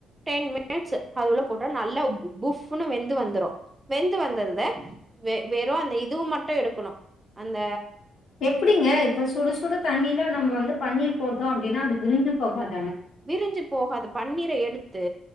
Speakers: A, on the right; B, on the left.
A: டென் மினிட்ஸ் அது உள்ள போட்டா நல்லா ல்லா புஃப்னு வெந்து வந்துரு வெந்து வந்தத வெறு அந்த இதுவு மட்டு எடுக்கணு அந்த
B: எப்டிங்க இப்ப சுட சுட தண்ணியில நம்ம வந்து பண்ணீர் போட்டோம் அப்டின்னா அது விரிஞ்சு போகாது
A: விரிஞ்சு போகாது பன்னீரை எடுத்து